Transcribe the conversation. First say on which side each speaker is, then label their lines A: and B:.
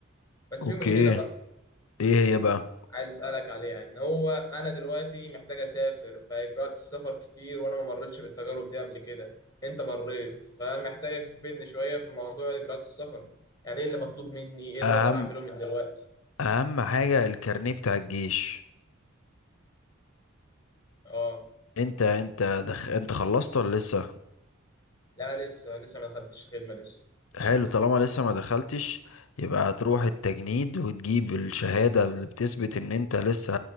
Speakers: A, on the left (about 20°); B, on the left (about 75°).
A: بس
B: اوكي
A: في مشكله بقى
B: ايه هي بقى
A: عايز اسالك عليها ان هو انا دلوقتي محتاج اسافر فاجراءات السفر كتير وانا ما مريتش بالتجارب دي قبل كده انت مريت فمحتاجك تفيدني شويه في موضوع اجراءات السفر يعني ايه اللي مطلوب مني ايه
B: اهم
A: اللي اقدر اعمله من دلوقتي
B: اهم حاجه الكارنيه بتاع الجيش
A: اه
B: انت انت دخ... انت خلصت ولا لسه
A: لا لسه لسه ما دخلتش الخدمه لسه
B: حلو طالما لسه ما دخلتش يبقى هتروح التجنيد وتجيب الشهادة اللي بتثبت ان انت لسه